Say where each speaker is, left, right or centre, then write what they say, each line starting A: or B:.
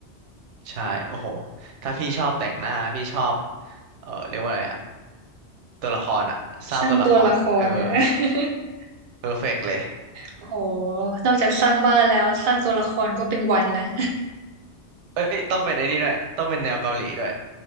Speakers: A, on the right; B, on the right.
A: ใช่ โอ้โห ถ้าพี่ชอบแต่งหน้าพี่ชอบ เออเรียกว่าอะไรอะตัวละครอะสร้างตัวละครอะเออ
B: สร้างตัวละครนะ <laughs>
A: เพอร์เฟกเลย
B: โอ้โหนอกจากสร้างบ้านแล้วสร้างตัวละครก็เป็นวันนะ
A: เอ้ยต้องเป็นไอ้นี่ด้วยต้องเป็นแนวเกาหลีด้วย